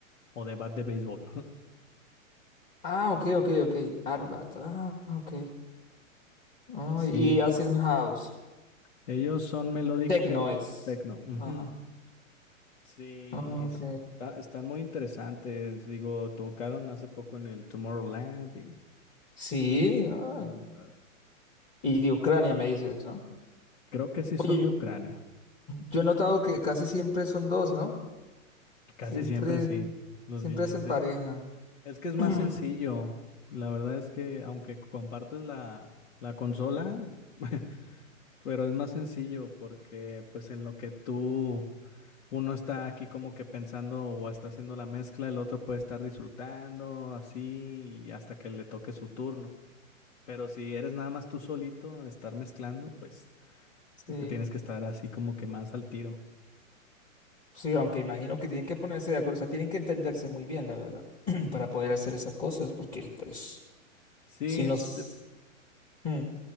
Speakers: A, on the left; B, on the left.
A: o de bat de béisbol. <laughs>
B: Ah, ok, ok, ok. Arbat. Ah, ok. Ah,
A: Sí,
B: y hacen house.
A: ellos son melodic
B: Techno
A: techno,
B: es.
A: techno. ujú.
B: Ajá.
A: Sí, y
B: Ah,
A: está-
B: Ok.
A: están muy interesantes. Digo, tocaron hace poco en el Tomorrowland y
B: Sí, ay,
A: muy padre.
B: y de Ucrania me dices, ¿no?
A: Creo que sí son
B: Oye,
A: de Ucrania.
B: yo he notado que casi siempre son dos, ¿no?
A: Casi
B: Siempre,
A: siempre sí, los
B: siempre
A: DJs.
B: hacen
A: Es,
B: pareja.
A: es que es más
B: <clears throat>
A: sencillo. La verdad es que aunque compartes la, la consola, <laughs> pero es más sencillo porque pues en lo que tú, uno está aquí como que pensando o está haciendo la mezcla, el otro puede estar disfrutando así y hasta que le toque su turno. Pero si eres nada más tú solito, estar mezclando, pues
B: Sí,
A: es que tienes que estar así como que más al tiro.
B: sí, aunque imagino que tienen que ponerse de acuerdo, o sea, tienen que entenderse muy bien, la verdad, <clears throat> para poder hacer esas cosas, porque pues,
A: Sí,
B: si nos...
A: es- de-
B: Mm,